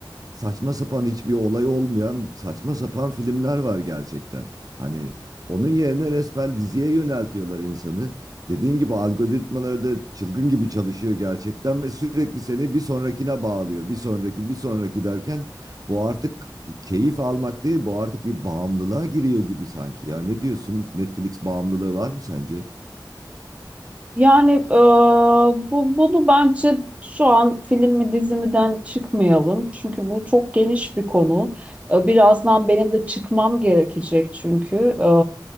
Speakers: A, on the right; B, on the right.
A: saçma sapan hiçbir olay olmayan saçma sapan filmler var gerçekten. Hani onun yerine resmen diziye yöneltiyorlar insanı. Dediğin gibi algoritmaları da çılgın gibi çalışıyor gerçekten ve sürekli seni bir sonrakine bağlıyor. Bir sonraki, bir sonraki derken bu artık keyif almak değil, bu artık bir bağımlılığa giriyor gibi sanki ya. Ne diyorsun? Netflix bağımlılığı var mı sence?
B: Yani e, bu bunu bence şu an film mi dizi miden çıkmayalım. Çünkü bu çok geniş bir konu. E, birazdan benim de çıkmam gerekecek çünkü. E,